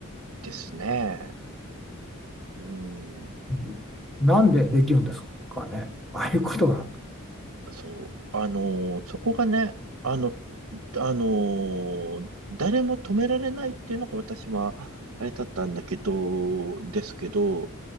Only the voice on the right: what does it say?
ですね。うん。
そう。あのーそこがね、あの、あのー誰も止められないっていうのが私は、あれだったんだけど、ですけど、